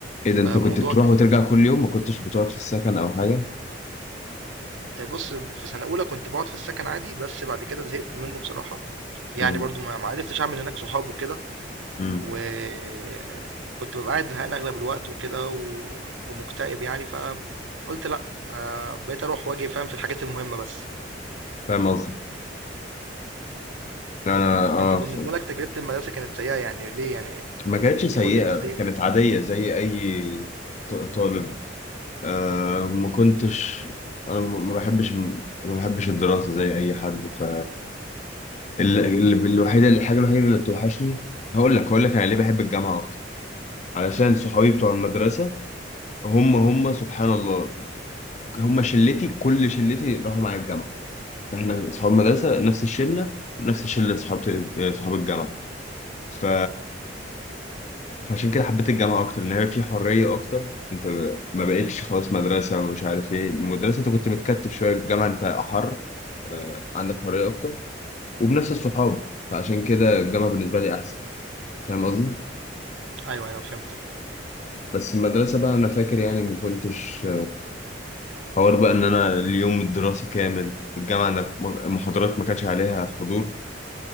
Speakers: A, on the left; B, on the right.
A: ايه ده
B: فالموضوع
A: انت كنت بتروح
B: كان
A: وترجع كل يوم ما كنتش بتقعد في السكن او حاجه
B: آه، بص في سنة أولى كنت بقعد في السكن عادي بس بعد كده زهقت منه بصراحة يعني
A: امم
B: برضو ما ما عرفتش أعمل هناك صحاب وكده
A: امم
B: وكنت ببقى قاعد زهقان أغلب الوقت وكده و... ومكتئب يعني فقلت لأ آه، بقيت أروح وأجي فاهم في الحاجات المهمة بس
A: فاهم قصدك لا، انا اه
B: أنت بالنسبة
A: ف-
B: لك تجربة المدرسة كانت سيئة يعني ليه يعني
A: ما كانتش
B: إيه،
A: سيئه
B: قول لي إيه السيء
A: كانت
B: فيها
A: عاديه زي اي ط- طالب آه ما كنتش انا ما بحبش ما بحبش الدراسه زي اي حد ف ال- ال- الوحيده الحاجه الوحيده اللي بتوحشني هقول لك هقول لك انا ليه بحب الجامعه اكتر علشان صحابي بتوع المدرسه هم هم سبحان الله هم شلتي كل شلتي راحوا معايا الجامعه احنا اصحاب مدرسه نفس الشله نفس الشله اصحاب اصحاب الجامعه ف... فعشان كده حبيت الجامعه اكتر ان هي في حريه اكتر انت ما بقتش خلاص مدرسه ومش عارف ايه المدرسه انت كنت متكتف شويه الجامعه انت احر عندك حريه اكتر وبنفس الصحاب فعشان كده الجامعه بالنسبه لي احسن فاهم قصدي
B: أيوه أيوه فهمتك
A: بس المدرسه بقى انا فاكر يعني ما كنتش حوار بقى ان انا اليوم الدراسي كامل الجامعه أنا المحاضرات ما كانش عليها حضور